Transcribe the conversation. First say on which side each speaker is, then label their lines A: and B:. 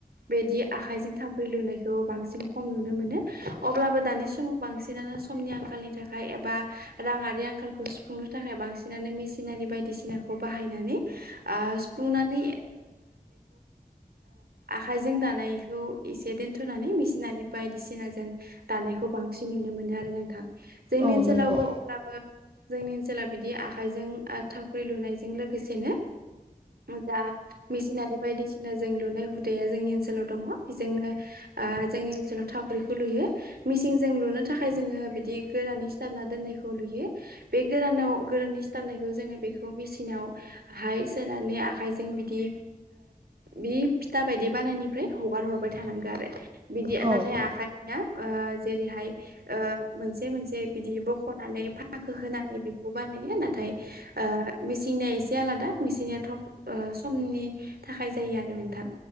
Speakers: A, on the right; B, on the right.
A: बिदि आखाइजों थावख्रि लुनायखौ बांसिन खम नुनो मोनो अब्लाबो दानि समाव बांसिनानो समनि आंखालनि थाखाय एबा राङारि आंखालखौ सुफुंनो थाखाय बांसिनानो मेसिनारि बायदिसिनाखौ बाहाय बाहायनानै ओ सुंफुंनानै आखाइजों दा बेखौ एसे दोनथ'नानै मेसिनारि बायदिसिनाजों दानायखौ बांसिन नुनो मोनो आरो नोंथां। जोंनि
B: औ
A: ओनसोलावबो
B: नंगौ
A: अब्लाबो जोंनि ओनसोलाव बिदि आखाइजों थावख्रि लुनायजों बेसेनो जा मेसिनारि बायदिसिना जों लुनाय हुदाया जोंनि ओनसोलाव दङ बेजोंनो ओ जोंनि ओनसोलाव थावाख्रिखौ लुयो मेसिनजों लुनो थाखाय जोङो बिदि गोरानै सिथाबना दोनो। लुयो बे गोरानाव गोरनि सिथारनायखौ जोङो बेखौ मेसिनाव हाय सोनानै आखाइजों बिदि बे फिथा बायदि बानायनिफ्राय हगार हगार हरबाय थानांगोन आरो बिदि
B: औ
A: नाथाय आखाइ आं जेरैहाय मोनसे मोनसे बिदि बख'नानै फाखो होनानै बेखौ बानायो नाथाय ओ मेसिन जे आलादा मिनिया थब समनि थाखाय जायो आरो नोंथां।